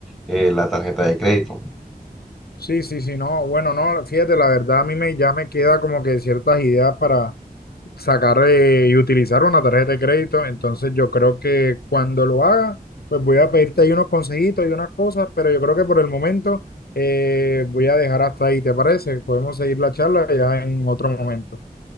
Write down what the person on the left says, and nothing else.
Sí, sí, sí, no, bueno, no, fíjate, la verdad a mí me, ya me queda como que ciertas ideas para sacar eh, y utilizar una tarjeta de crédito, entonces yo creo que cuando lo haga, pues voy a pedirte ahí unos consejitos y unas cosas, pero yo creo que por el momento eh, voy a dejar hasta ahí, ¿te parece? Podemos seguir la charla ya en otro momento.